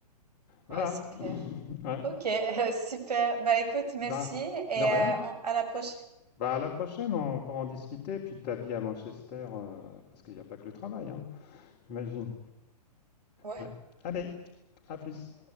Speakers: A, on the left; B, on the right.
A: Voilà.
B: ouais, c'est clair.
A: Ouais.
B: Ok, <laughs> super. Bah écoute, merci
A: Ben,
B: et
A: de rien.
B: euh, on- à la prochaine.
A: Bah, à la prochaine, on pourra en discuter. Puis de ta vie à Manchester, euh, parce qu'il n'y a pas que le travail, hein. j'imagine.
B: Ouais.
A: Ouais. Allez, à plus.